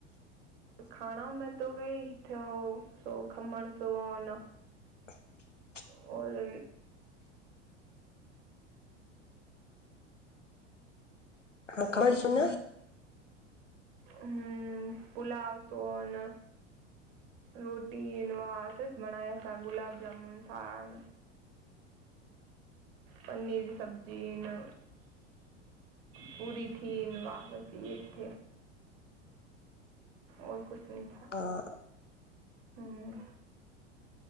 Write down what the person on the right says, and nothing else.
ખાના મે તો કેઈ સો ખમણ સોન
ઓર
હમ્મ, પુલાબ સોન રોટીવા અસ બનાયા છ ગુલાબજામુન, છાન
પનીર સબજી ને પૂરીથી વાહ બસ એ જ થ. ઓર કુછ નઈ.
હમ્મ.